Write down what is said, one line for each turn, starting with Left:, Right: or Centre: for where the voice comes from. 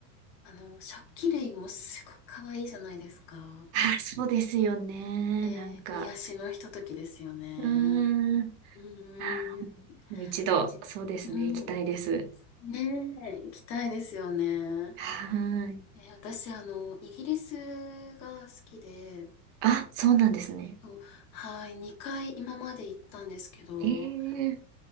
Left: あの、食器類もすごく可愛いじゃないですか。
Right: あ、そうですよね。
Left: ええ癒しのひとときですよね。
Right: なんか、うーん。
Left: うーん。
Right: あ、もう一度、
Left: あじうん。
Right: そうですね。行きたいです。
Left: ねえ、行きたいですよね。
Right: はい。
Left: ええ私、あの、イギリスが好きで、
Right: あ、そうなんですね。
Left: とはい、2回今まで行ったんですけど、
Right: ええ